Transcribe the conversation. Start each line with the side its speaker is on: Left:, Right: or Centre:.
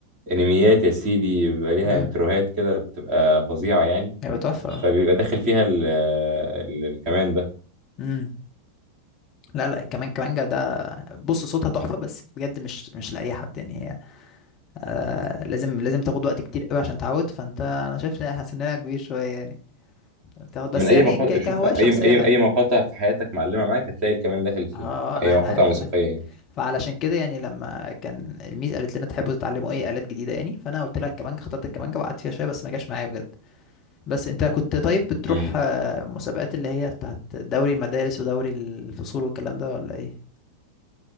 Right: انميات يا سيدي بيبقى ليها
Left: ايوه
Right: انتروهات كده بتبقى فظيعه يعني
Left: هيبقى تحفة
Right: فبيبقى داخل فيها ال ال الكمان ده
Left: امم لا لا كمان كمانجا ده بص صوتها تحفة بس بجد مش مش لأي حد يعني هي آه لازم لازم تاخد وقت كتير قوي عشان تعود فانت انا شايف إن سننا كبير شوية يعني بتاخد بس
Right: من اي
Left: يعني
Right: مقاطع
Left: ك-
Right: شوف
Left: كهواية
Right: اي
Left: شخصية
Right: اي
Left: حلوة
Right: اي مقاطع في حياتك معلمه معاك هتلاقي الكمان داخل فيها
Left: اه آه، انا
Right: اي مقاطع
Left: انا عارف
Right: موسيقيه
Left: انا فعلشان كده يعني لما كان الميز قالت لنا تحبوا تتعلموا ايه آلات جديدة يعني فانا قلت لها الكمانجا اخترت الكمانجا وقعدت فيها شوية بس ما جاش معايا بجد بس انت كنت طيب بتروح
Right: يعني
Left: آه، مسابقات اللي هي بتاعت دوري المدارس ودوري الفصول والكلام ده ولا ايه